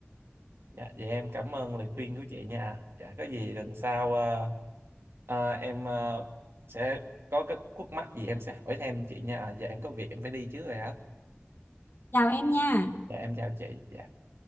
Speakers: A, on the right; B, on the left.
A: Dạ, vậy em cảm ơn lời khuyên của chị nha. Dạ, có gì lần sau ờ, ờ, em ờ, sẽ có cái khúc mắc gì em sẽ hỏi thêm chị nha. Giờ em có việc em phải đi trước rồi á.
B: chào em nha
A: Dạ, em chào chị. Dạ.